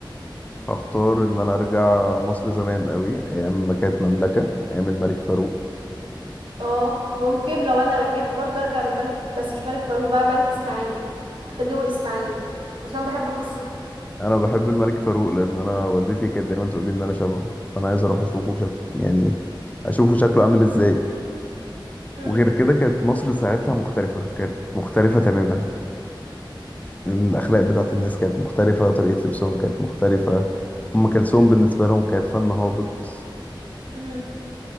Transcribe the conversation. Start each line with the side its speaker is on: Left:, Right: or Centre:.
Left: هختار ان انا ارجع مصر زمان قوي ايام ما كانت مملكة ايام الملك فاروق
Right: اه ممكن لو انا رجعت برضه ارجع للملك بس مش ملك فاروق بقى ملك اسماعيل الخديوي اسماعيل عشان بحب قصته
Left: انا بحب الملك فاروق لان انا والدتي كانت دايما تقول لي ان انا شبهه فانا عايز اروح اشوفه شكل يعني اشوفه شكله عامل ازاي
Right: امم
Left: وغير كده كانت مصر ساعتها مختلفة كانت مختلفة تماما الأخلاق بتاعت الناس كانت مختلفة طريقة لبسهم كانت مختلفة أم كلثوم بالنسبة لهم كانت فن هابط
Right: امم